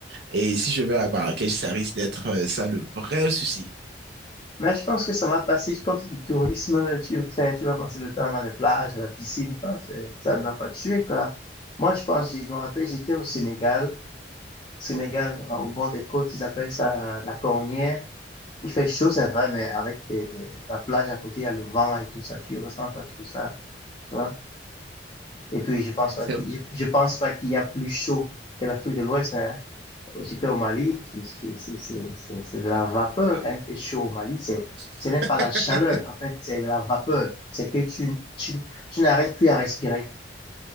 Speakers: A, on the right (about 60°); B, on the left (about 30°).
A: Et si je vais à Marrakech, ça risque d'être euh, ça le vrai souci.
B: Mais je pense que ça va passer, comme c'est du tourisme, tu fais, tu vas passer le temps dans les plages, à la piscine, tant, c'est- ça ne va pas te tuer, quoi. Moi, je pense, je je me rappelle, j'étais au Sénégal. Sénégal, euh, au bord des côtes, ils appellent ça euh, la cornière. Il fait chaud, c'est vrai, mais avec des- des- la plage à côté, il y a le vent et tout ça, tu ressens pas trop ça, tu vois. Et puis,
A: Hmm,
B: je pense pas
A: c'est-
B: qu'il, je, je pense pas qu'il y a plus chaud que l'Afrique de l'Ouest, hein. J'étais au Mali, c'est c'est- c'est- c'est- de la vapeur
A: Ah.
B: quand il fait chaud au Mali. C'est,
A: <laughs>
B: ce n'est pas la chaleur, en fait, c'est la vapeur. C'est que tu, tu, tu n'arrives plus à respirer.